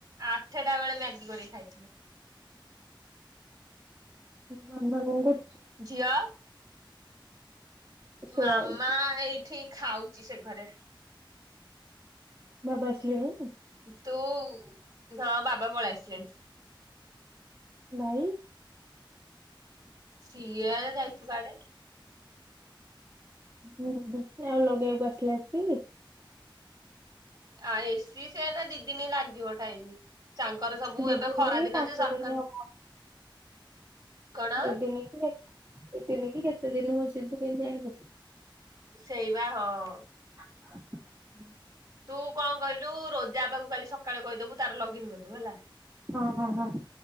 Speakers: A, on the right; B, on the right.
A: ଆଠଟା ବେଳେ ମ୍ୟାଗି କରିକି ଖାଇଥିଲେ
B: ହଁ
A: ଜିଆ?
B: ଶୁଆଉଛି।
A: ମାମା ଏଇଠି ଖାଉ ସେ ଘରେ
B: ବାବା ଆସିଲେଣି?
A: ତୁ ମା ବାବା ପଳେଇ ଆସିଲେ।
B: ଭାଇ
A: ସିଏ। ଯାଇଛୁ ଗାଡେ
B: ହୁଁ ଆଉ ଲଗେଇ କି ଆସ
A: ଆଉ ଏସିି ସେ ନା ଦି ଦିନ ହିଁ ଲାଗିବ। କାଇଁକି ତାଙ୍କର ସବୁ
B: ଦି
A: ଏବେ
B: ଦିନ
A: ଖରା ଦିନଯେ
B: ପାଞ୍ଚ
A: ସଙ୍କ
B: ଦିନ ହବ
A: କଣ?
B: ଦି ଦିନ କି ଦି ଦିନ କି କେତେ ଦିନ ହଉଛି ତୁ କେହିତି ଜାଣିଲୁ।
A: ସେଇବା ହଁ
B: ଆ
A: ତୁ କଣ କହିଲୁ? ରୋଜା ବାବାକୁ କାଲି ସକାଳେ କହିଦବୁ ତାର ଲଗିନ କରିଦବୁ ହେଲା।
B: ହଁ ହ ହ